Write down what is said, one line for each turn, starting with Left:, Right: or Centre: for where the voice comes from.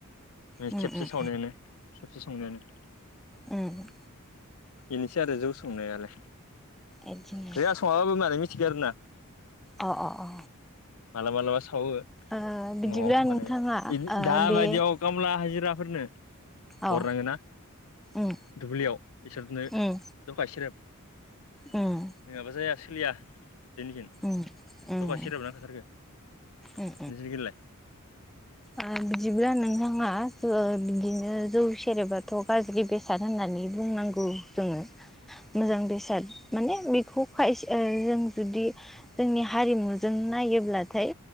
Left: ओ
Centre: उम
Left: खेबसे
Centre: उम
Left: सावनायानो खेबसे संनायानो।
Centre: उम उम
Left: बेनोसै आरो जौ संनायालाय
Centre: बिदिनोसै
Left: जोंहा सङाबाबो माने मिथ थिगो आरो ना
Centre: अ अ अ
Left: मालाबा मालाबा सावो।
Centre: ओ बिदिब्ला
Left: न'आव माने
Centre: नोंथाङा
Left: इद
Centre: ओ
Left: दा
Centre: बे
Left: बायदियाव खामला हाजि रा फोरनो
Centre: औ
Left: हरनांगोन ना
Centre: उम
Left: दुब्लियाव इसोरनो
Centre: उम
Left: जखाय सेरप
Centre: उम
Left: नङाबा जाया सोलिया जोंनिखिन
Centre: उम
Left: जखाय
Centre: उम
Left: सेरेब नांखाथारगो।
Centre: उम
Left: नोंसोरनिखिलाय
Centre: उम बिदिब्ला नोंथाङा ओ बिदिनो जौ सेरेबाथ' गाज्रि बेसाद होननानै बुंनां गौ जोङो। मोजां बेसाद माने बेखौ खायस ओ जों जुदि जोंनि हारिमुजों नाय योब्लाथाय